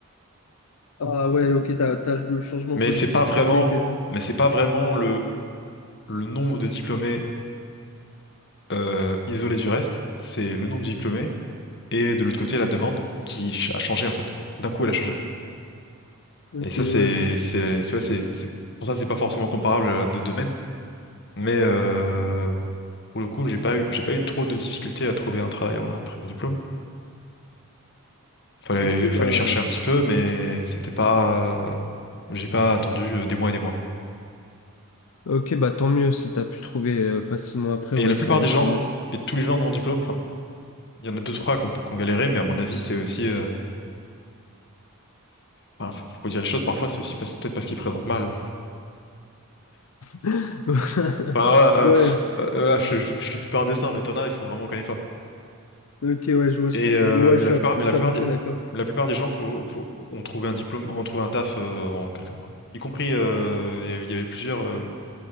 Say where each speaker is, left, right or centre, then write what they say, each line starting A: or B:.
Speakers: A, on the left; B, on the left.
A: Ah ouais, ok, t'as, t'as le changement
B: Mais
A: politique
B: c'est pas vraiment,
A: qui fait que.
B: mais c'est pas vraiment le, le nombre de diplômés euh, isolé du reste, c'est le nombre de diplômés et de l'autre côté, la demande qui ch- a changé en fait. D'un coup, elle a changé.
A: Ok,
B: Et ça, c'est,
A: ouais, je.
B: c'est, tu vois, c'est, c'est, pour ça, c'est pas forcément comparable à deux domaines. Mais euh, pour le coup, j'ai pas eu, j'ai pas eu trop de difficultés à trouver un travail en- après mon diplôme. Fallait,
A: Ok,
B: fallait
A: bah.
B: chercher un petit peu, mais c'était pas, euh, j'ai pas attendu euh, des mois et des mois.
A: Ok, bah tant mieux si t'as pu trouver euh, facilement après,
B: Et
A: ouais,
B: la plupart
A: c'est en vrai
B: des gens,
A: tant mieux.
B: et tous les gens de mon diplôme, enfin, il y en a deux, trois qui ont, qui ont galéré, mais à mon avis, c'est aussi, euh, enfin, faut faut dire les choses, parfois, c'est aussi parce- peut-être parce qu'ils présentent mal.
A: <laughs>
B: Enfin, voilà,
A: Ouais,
B: euh, euh, euh, ah, je, je- je te fais pas un dessin, mais t'en as, ils font vraiment aucun effort.
A: ok, ouais, je vois ce
B: Et
A: que tu
B: euh,
A: veux. Ouais,
B: mais
A: je
B: la
A: suis
B: plupart,
A: à, p- je
B: mais la
A: suis
B: plupart
A: à peu
B: des,
A: près d'accord.
B: la plupart des gens pour, pour, ont trouvé un diplôme, ont trouvé un taf euh, en quelques mois. Y compris, euh, il y avait il y avait plusieurs, euh,